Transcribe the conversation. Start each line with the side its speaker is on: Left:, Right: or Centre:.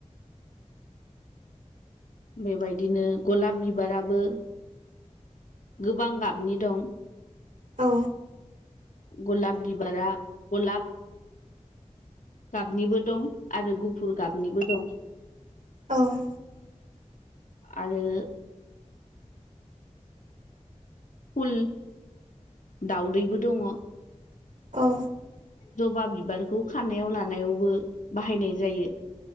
Left: बेबायदिनो गलाब बिबाराबो गोबां गाबनि दं।
Right: औ
Left: गलाप बिबारा गलाप गाबनिबो दं आरो गुफुर गाबनिबो दं।
Right: औ
Left: आरो फुल दाउदैबो दङ।
Right: औ
Left: जबा बिबारखौ खानायाव लानायावबो बाहायनाय जायो।